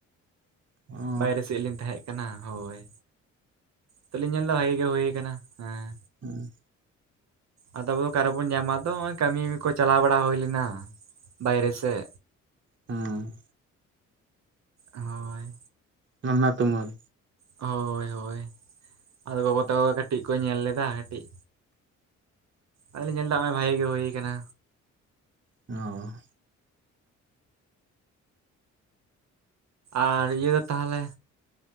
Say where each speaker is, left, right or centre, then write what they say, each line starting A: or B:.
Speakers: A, on the right; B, on the right.
A: <unintelligible>
B: ᱵᱟᱭᱨᱮ ᱥᱮᱫ ᱞᱤᱧ ᱛᱟᱦᱮᱸᱜ ᱠᱟᱱᱟ ᱦᱳᱭ, ᱛᱚᱞᱤᱧ ᱧᱮᱞ ᱮᱫᱟ ᱵᱷᱟᱜᱤ ᱜᱮ ᱦᱩᱭ ᱠᱟᱱᱟ ᱦᱮᱸ᱾
A: ᱦᱩᱸ᱾
B: ᱟᱫᱚ ᱟᱵᱚ ᱫᱚ ᱚᱠᱟ ᱨᱮ ᱵᱚᱱ ᱧᱟᱢᱟ ᱟᱫᱚ ᱱᱚᱜ-ᱚᱭ ᱠᱟᱹᱢᱤ ᱠᱚ ᱪᱟᱞᱟᱣ ᱵᱟᱲᱟ ᱦᱩᱭ ᱞᱮᱱᱟ ᱵᱟᱭᱨᱮ ᱥᱮᱜ᱾
A: ᱦᱩᱸ᱾
B: ᱦᱳᱭ᱾
A: <unintelligible> ᱛᱩᱢᱟᱹᱞ᱾
B: ᱦᱳᱭ ᱦᱳᱭ, ᱟᱫᱚ ᱜᱚᱜᱚ ᱛᱟᱠᱚ ᱠᱟᱹᱴᱤᱡ ᱠᱚ ᱧᱮᱞ ᱞᱮᱫᱟ ᱠᱟᱹᱴᱤᱡ᱾ ᱟᱫᱚ ᱞᱤᱧ ᱧᱮᱞᱫᱟ ᱦᱚᱸᱜ-ᱚᱭ ᱵᱷᱟᱜᱮ ᱜᱮ ᱦᱩᱭ ᱠᱟᱱᱟ᱾
A: ᱚ᱾
B: ᱟᱨ ᱤᱭᱟᱹ ᱫᱚ ᱛᱟᱦᱚᱞᱮ